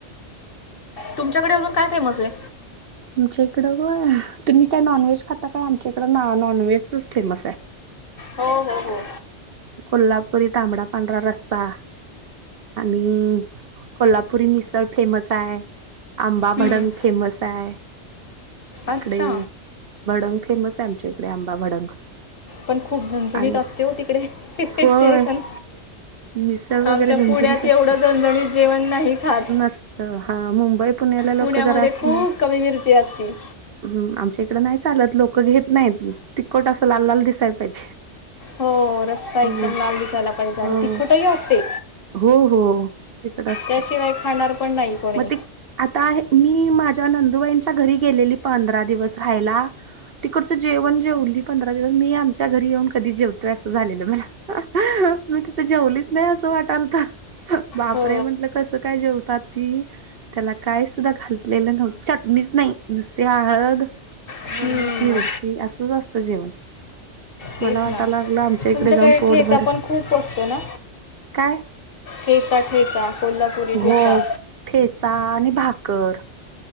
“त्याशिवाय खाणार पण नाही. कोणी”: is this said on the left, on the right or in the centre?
Left